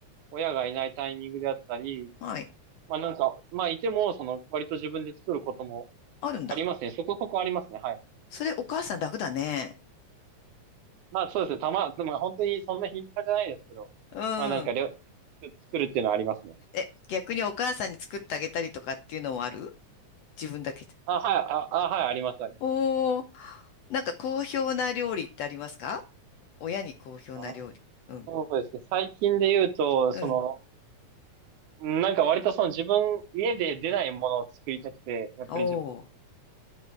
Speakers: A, on the right; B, on the left.
A: 親がいないタイミングであったり、
B: はい。
A: まあなんか、まあいても、その、割と自分で作ることも
B: あるんだ。
A: ありますね。そこそこありますね。はい。
B: それ、お母さん楽だね。
A: まあそうですね。たま、まあ本当にそんな頻繁じゃないですけど、
B: う
A: まあなんか料、
B: ん。
A: 作るっていうのはありますね。
B: え、逆にお母さんに作ってあげたりとかっていうのもある自分だけで。
A: あ、はい、あ、あ、はい、あります。あります
B: おー。なんか好評な料理ってありますか親に好評な料理。
A: あ
B: うん。
A: そうですね。最近で言うと、
B: うん。
A: その、なんか割とその自分、家で出ないものを作りたくて、やっぱり自分
B: おー。